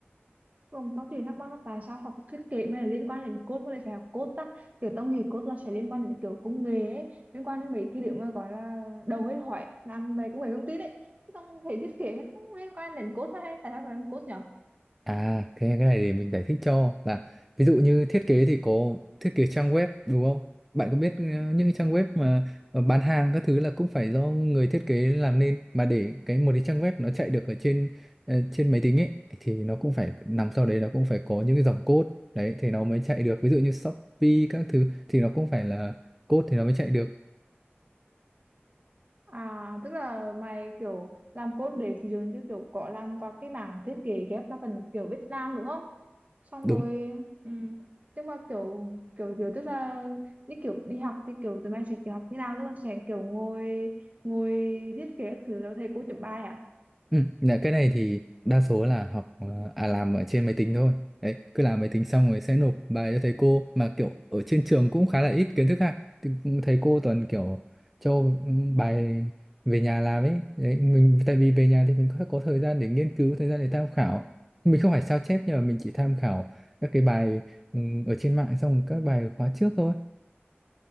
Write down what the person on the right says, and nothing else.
Không, tao chỉ thắc mắc là tại sao học thiết kế mới là liên quan đến code mà lại phải học code ta kiểu tao nghĩ code là sẽ liên quan đến kiểu công nghệ ấy, liên quan đến mấy cái điều mà gọi là đầu hơi hỏi làm về công nghệ thông tin ấy Thế tao thấy thiết kế nó liên quan đến code hay tại sao phải làm code nhở
À, tức là mày kiểu làm code để ví dụ như kiểu có làm qua cái mảng thiết kế ghép là phần kiểu biết làm đúng không? Xong
rồi ừm, nhưng mà kiểu kiểu kiểu tức là như kiểu đi học thì kiểu tụi mày sẽ kiểu học như nào tức là sẽ kiểu ngồi ngồi thiết kế các thứ rồi thầy cô chấm bài hả?